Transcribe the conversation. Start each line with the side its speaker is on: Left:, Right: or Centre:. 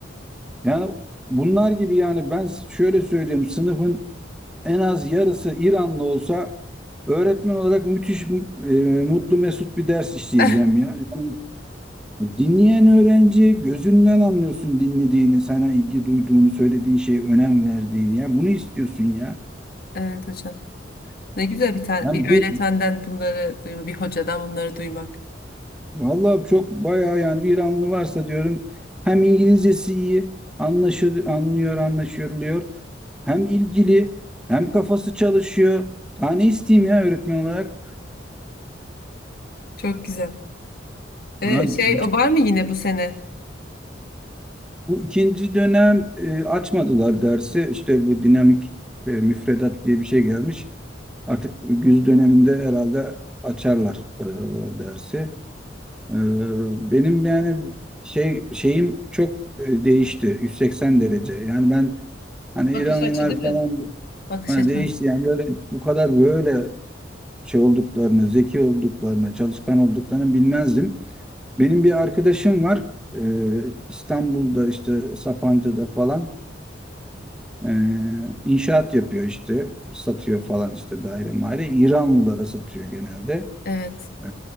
Centre: Yani bunlar gibi yani ben şöyle söyleyeyim sınıfın en az yarısı İranlı olsa öğretmen olarak müthiş e, mutlu mesut bir ders işleyeceğim
Left: <laughs>
Centre: ya. Yani dinleyen öğrenci gözünden anlıyorsun dinlediğini, sana ilgi duyduğunu, söylediği şeye önem verdiğini ya. Bunu istiyorsun ya.
Left: Evet hocam. Ne güzel bir tane
Centre: Yani
Left: bir
Centre: bu
Left: öğretmenden bunları duymak, bir hocadan bunları duymak.
Centre: vallahi çok bayağı yani İranlı varsa diyorum hem İngilizcesi iyi, anlaşılıyor, anlıyor, anlaşılıyor. Hem ilgili, hem kafası çalışıyor. Daha ne isteyeyim ya öğretmen olarak?
Left: Çok güzel. Ee,
Centre: Ha,
Left: şey
Centre: Bütün
Left: o var mı yine bu sene?
Centre: Bu ikinci dönem e, açmadılar dersi. İşte bu dinamik e, müfredat diye bir şey gelmiş. Artık güz döneminde herhalde açarlar e, o dersi. E, benim yani şey şeyim çok e, değişti. 180 derece. Yani ben hani
Left: Bakış
Centre: İranlılar
Left: açı değil
Centre: falan
Left: mi? Bakış
Centre: hani
Left: açınız.
Centre: değişti. Yani böyle bu kadar böyle şey olduklarını, zeki olduklarını, çalışkan olduklarını bilmezdim. Benim bir arkadaşım var. e, İstanbul'da işte Sapanca'da falan. Ee, inşaat yapıyor işte, satıyor falan işte daire maire. İranlılara satıyor genelde.
Left: Evet.
Centre: Ee,